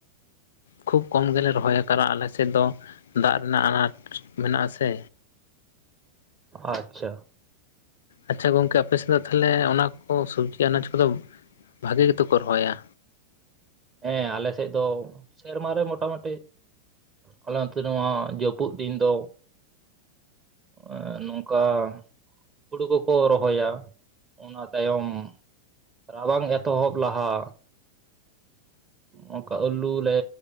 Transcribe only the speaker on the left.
ᱠᱷᱩᱵ ᱠᱚᱢ ᱜᱮᱞᱮ ᱨᱚᱦᱚᱭᱟ ᱟᱞᱮ ᱥᱮᱫ ᱫᱚ ᱫᱟᱜ ᱨᱮᱱᱟᱜ ᱟᱱᱟᱴ ᱢᱮᱱᱟᱜᱼᱟ ᱥᱮ
ᱟᱪᱪᱷᱟ ᱜᱚᱝᱠᱮ ᱟᱯᱮᱥᱮᱫ ᱫᱚ ᱛᱟᱦᱚᱞᱮ ᱚᱱᱟ ᱠᱚ ᱥᱚᱵᱽᱡᱤ ᱟᱱᱟᱡᱽ ᱠᱚᱫᱚ ᱵᱷᱟᱹᱜᱤ ᱜᱮᱛᱚ ᱠᱚ ᱨᱚᱦᱚᱭᱟ